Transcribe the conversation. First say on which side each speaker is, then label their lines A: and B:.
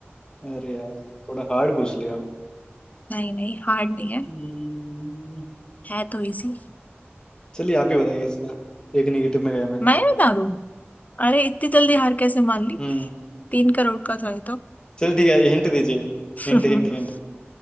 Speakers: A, on the left; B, on the left.
A: अरे यार थोड़ा हार्ड पूछ लिया
B: नहीं नहीं हार्ड नहीं है
A: हम्म,
B: है तो इजी
A: चलिए आप ही बताइए इसका एक निगेटिव में गया मैं
B: मैं बता दूं अरे इतनी जल्दी हार कैसे मान ली
A: हम्म
B: तीन करोड़ का था ये तो
A: चलो ठीक है हिंट दीजिए
B: <laughs>
A: Hint hint hint